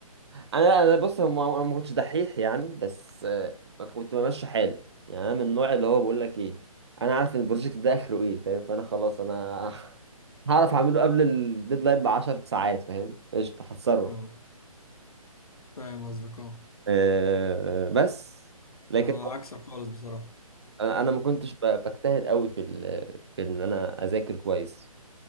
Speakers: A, on the right; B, on the left.
A: انا انا بص هم- انا ما كنتش دحيح يعني بس آه، كنت بمشي حالي يعني انا من النوع اللي هو بقول لك ايه انا عارف ان البروجكت ده اخره ايه فاهم فانا خلاص انا <laughs> هعرف اعمله قبل الديدلاين ب 10 ساعات فاهم قشطه هتصرف
B: أه فاهم قصدك أه
A: أه بس لكن
B: أنا عكسك خالص بصراحة
A: انا أنا ما كنتش ب- بجتهد قوي في ال- في ان انا اذاكر كويس